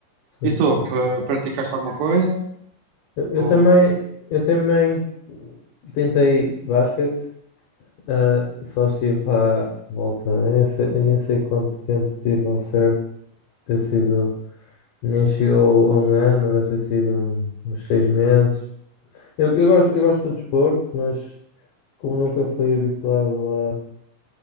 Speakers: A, on the left (about 75°); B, on the right (about 70°).
A: sim.
B: E tu, eh, praticaste alguma coisa?
A: Eu, eu
B: Ou
A: também, eu também tentei basquete, Ah, só estive lá, por volta, eu nem sei, eu nem sei quanto tempo tive ao certo, deve ter sido, nem chegou a um ano, deve ter sido um- uns seis meses. Eu, eu gosto, eu gosto de desporto, mas como nunca fui habituado